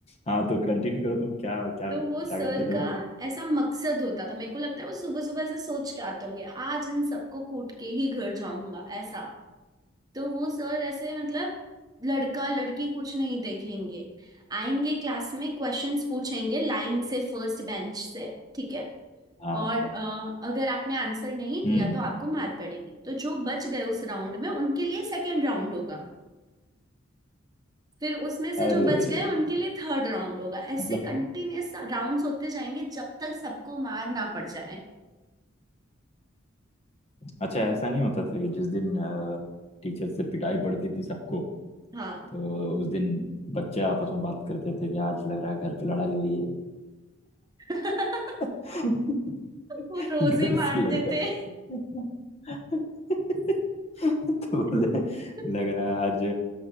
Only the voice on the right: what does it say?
तो
वो सर
का ऐसा मकसद होता था मेरे को लगता है वो सुबह सुबह ऐसे सोच के आते होंगे आज इन सबको कूट के ही घर जाऊंगा ऐसा तो वो सर ऐसे मतलब लड़का लड़की कुछ नहीं देखेंगे आएंगे क्लास में क्वेश्चंस पूछेंगे लाइन से फर्स्ट बेंच से ठीक है
और अ, अगर आपने आंसर नहीं दिया
तो आपको मार पड़ेगी तो जो बच गए उस राउंड में उनके लिए सेकेंड राउंड होगा फिर उसमें से
जो बच
गए
उनके
लिए थर्ड राउंड होगा ऐसे
कंटिन्यूअस राउंड्स होते जाएंगे जब तक सबको मार ना पड़ जाए
हाँ
<laughs>
वो रोज
ही
मारते
थे
<laughs>